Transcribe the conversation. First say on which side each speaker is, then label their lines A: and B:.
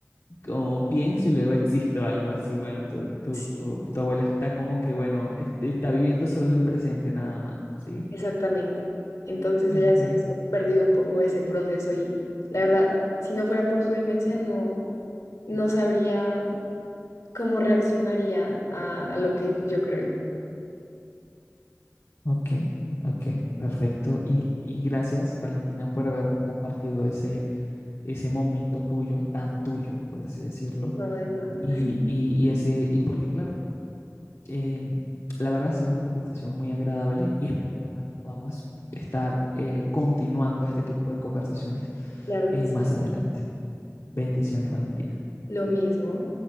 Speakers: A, on the left; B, on the left.
A: como pienso y luego existo, algo así, bueno, tu, tu,
B: <laughs> Sí.
A: tu- tu abuela está como que, bueno, este, está viviendo solo el presente nada más, ¿sí?
B: Exactamente. Entonces
A: Ok,
B: ella sí se ha perdido un poco ese proceso y la verdad, si no fuera por su demencia, no, no sabría cómo reaccionaría a, a lo que yo creo.
A: ok, ok, perfecto. Y, y gracias, Valentina, por haberme compartido ese, ese momento tuyo, tan tuyo, por así decirlo
B: No, de nada.
A: Y, y, y ese, y porque claro, eh, la verdad ha sido una conversación muy agradable y espero de verdad que podamos estar eh, continuando este tipo de conversaciones
B: Claro
A: eh,
B: que sí.
A: más adelante. Bendiciones, Valentina.
B: Lo mismo.